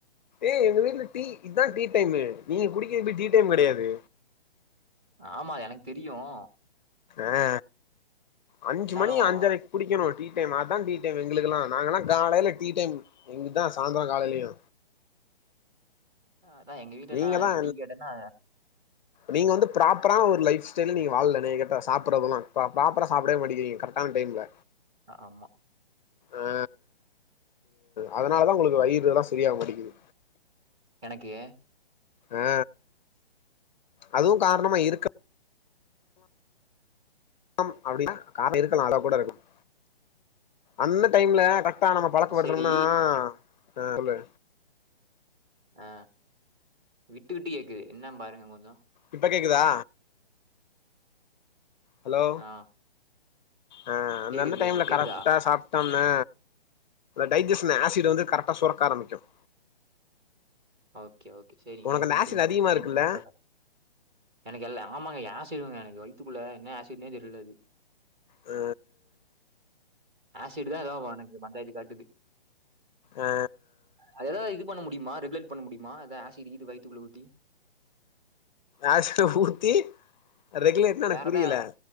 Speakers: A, on the left; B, on the right.
A: ஏய் எங்க வீ்ட்ல டீ இதுதா டீ டைம்மு நீங்க குடிக்கப்ப டீ டைம் கிடையாது
B: ஆமா எனக்கு தெரியும்
A: அ அஞ்சு
B: இருந்தாலும்
A: மணி அஞ்சரை குடிக்கணும் டீ டைம் அதான் டீ டைம்மு எங்களுக்குலா நாங்கள்லா காலையில டீ டைம் எங்களுக்குதா சாயந்தரம் காலையிலையு
B: அதான் எங்க வீட்டுல்லலா
A: நீங்க தா
B: இப்ப டீ கேட்டனா
A: நீங்க வந்து ப்ராப்பரான ஒரு லைஃப் ஸ்டைல் நீங்க வாழல என்னைய கேட்டா சாப்புடுறதெல்லா ப்ராப்பரா சாப்டவே மாட்டிக்கீங்க கரெக்டான டைம்ல
B: ஆமா
A: ஆ அதனால தா உங்களுக்கு வயிறுல்லா சரியாக மாட்டிக்குது
B: எனக்கு
A: ஆ அதுவும் காரணமா இருக்க லாம் அப்படின்னா காரணம் இருக்கலாம் அதா கூட இருக்கலா அந்த டைம்ல க இப் நம்ம பழக்கப்படுத்தணோம்னா
B: அது சரி
A: ம் சொல்லு
B: ஆ விட்டு விட்டு கேக்குது என்ன பாருங்க கொஞ்சோ
A: இப்ப கேக்குதா ஹலோ
B: ஆ
A: ஆ அந்தந்த
B: கேக்குது
A: டைம்ல
B: கேக்குது. கேக்குதா?
A: கரெக்டா சாப் சாப்ட்டோம்னா டைஜஷன் ஆசிட் வந்து கரெக்டா சுரக்க ஆரம்பிக்கும்
B: ஓகே ஓகே செரி
A: உனக்கு
B: நீங்
A: அந்த
B: சொல்லிட்டீங்ளா
A: ஆசிட் அதிகமா
B: இனிமேல்
A: இருக்குல்ல
B: கர்ட்டா சாப்டுவே எனக்கு எல்ல ஆமாங்க ஆசிடடுங்க எனக்கு வயித்துக்குள்ள என்ன ஆசிடன்னே தெரியலது
A: அ
B: ஆசிட் தா எதாவ வொனக்கு பஞ்சாயத்து காட்டுது
A: ஆ
B: அத எதாவ இது பண்ண முடியு ரெகுலேட் பண்ண முடியுமா அத ஆசிடிகிது வய்த்துக்குள்ள ஊத்தி
A: ஆசிட்ட ஊத்தி ரெகுலேட்ன எனக்கு
B: வேற
A: புரியல
B: எதா